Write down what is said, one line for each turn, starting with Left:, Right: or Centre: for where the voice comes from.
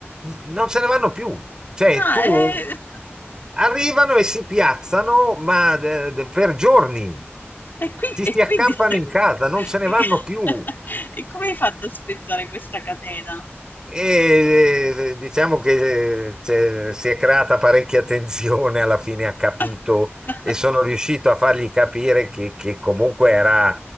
Right: non se ne vanno più. Cioè,
Left: Ah,
Right: tu
Left: eh.
Right: arrivano e si piazzano, ma
Left: <laughs>
Right: eh, per giorni
Left: E quin
Right: ti
Left: e
Right: si accampano
Left: quindi <laughs>
Right: in casa, non se ne vanno
Left: e
Right: più.
Left: <laughs> e come hai fatto a spezzare questa catena?
Right: E eh, diciamo che eh, c'è- si è creata parecchia tensione, alla fine ha capito
Left: <laughs>
Right: e sono riuscito a fargli capire che, che comunque era